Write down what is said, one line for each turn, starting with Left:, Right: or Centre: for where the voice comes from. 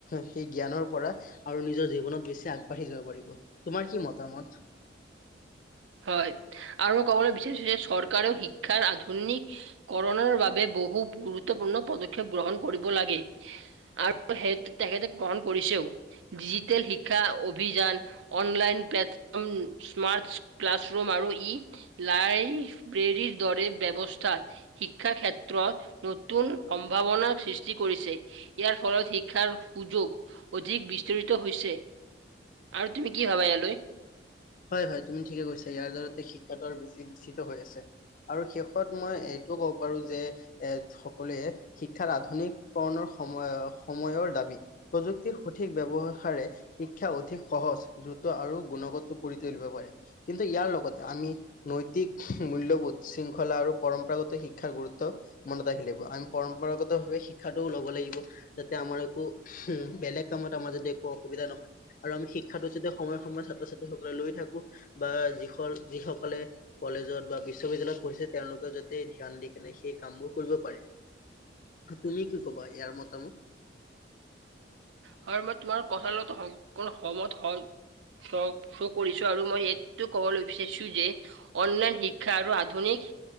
Left: সেই জ্ঞানৰ পৰা আৰু নিজৰ জীৱনত বেছি আগবাঢ়ি যাব পাৰিব। তোমাৰ কি মতামত?
Right: হয় আৰু মই ক'বলৈ বিচাৰিছোঁ যে চৰকাৰেও শিক্ষাৰ আধুনিক কৰুণাৰ বাবে বহু গুৰুত্বপূৰ্ণ পদক্ষেপ গ্ৰহণ কৰিব লাগে আৰু। আৰু সেই তেখেতে গ্ৰহণ কৰিছেও। ডিজিটেল শিক্ষা অভিযান, অনলাইন প্লেটফৰ্ম স্মাৰ্ট ক্লাছৰুম আৰু ই লাইব্ৰেৰীৰ দৰে ব্যৱস্থা। শিক্ষা ক্ষেত্ৰত নতুন সম্ভাৱনাৰ সৃষ্টি কৰিছে। ইয়াৰ ফলত শিক্ষাৰ সুযোগ অধিক বিস্তৰিত হৈছে। আৰু তুমি কি ভাবা ইয়াৰলৈ।
Left: হয়, হয় তুমি ঠিকে কৈছা, ইয়াৰ দ্বাৰাতে শিক্ষাটো আৰু বেছি বিচ্চিত হৈ আছে আৰু শেষত মই এইটোও ক'ব পাৰোঁ যে এৰ সকলোৱে শিক্ষাৰ আধুনিক কৰণৰ সময় সময়ৰ দাবী প্ৰযুক্তিৰ সঠিক ব্যৱহাৰে শিক্ষা অধিক সহজ দ্ৰুত আৰু গুণগত। কৰি তুলিব পাৰে, কিন্তু, ইয়াৰ লগতে আমি নৈতিক মূল্যবোধ শৃংখলা আৰু পৰম্পৰাগত শিক্ষাৰ গুৰুত্ব মনত ৰাখিব লাগিব আমি পৰম্পৰাগত ভাৱে শিক্ষাটোও ল'ব লাগিব, যাতে আমাৰ একো উম, বেলেগ কামত আমাৰ যদি একো অসুবিধা নহয় আৰু আমি শিক্ষাতো যাতে সময়ে, সময়ে ছাত্ৰ ছাত্ৰী লৈ থাকো বা যি যিসকলে কলেজত বা বিশ্ববিদ্যালয়ত পঢ়িছে, তেওঁলোকে যাতে ধ্যান দি কেনে সেই কামবোৰ কৰিব পাৰে। তুমি কি ক'বা ইয়াৰ মতামত।
Right: হয়, মই কথা লগত সম সমত হয়। লক্ষ্য কৰিছোঁ আৰু মই এইটো ক'বলৈ বিচাৰিছোঁ যে অনলাইন শিক্ষা আৰু আধুনিক